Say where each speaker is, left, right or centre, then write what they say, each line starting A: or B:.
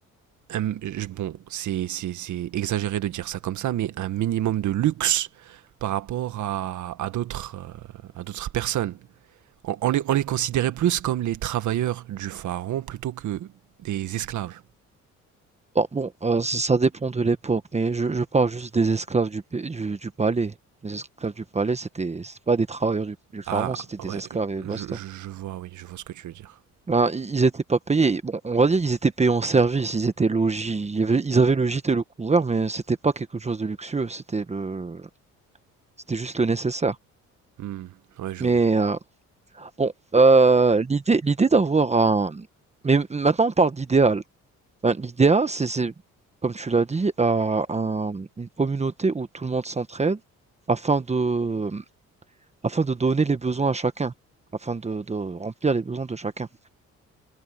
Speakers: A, on the right; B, on the right.
A: un- bon, c'est c'est- c'est exagéré de dire ça comme ça, mais un minimum de luxe par rapport à, à d'autres euh, à d'autres personnes. On, on les, on les considérait plus comme les travailleurs du pharaon plutôt que des esclaves.
B: Bon, bon, euh, ça ça dépend de l'époque, mais je, je parle juste des esclaves du, pa- du, du palais. Les esclaves du palais, c'était c'est pas des travailleurs du, du pharaon,
A: Ah
B: c'était des
A: ouais,
B: esclaves et
A: je,
B: basta.
A: je, je vois, oui, je vois ce que tu veux dire.
B: Ben, i- ils étaient pas payés. Bon, on va dire ils étaient payés en service, ils étaient logis, il y avait- ils avaient le gîte et le couvert, mais c'était pas quelque chose de luxueux, c'était le, c'était juste le nécessaire.
A: Hmm, ouais, je
B: Mais
A: vois.
B: euh, bon, euh, l'idée, l'idée d'avoir un, mais maintenant on parle d'idéal. Ben, l'idéal, c'est, c'est, comme tu l'as dit, à un- une communauté où tout le monde s'entraide afin de, afin de donner les besoins à chacun, afin de, de remplir les besoins de chacun.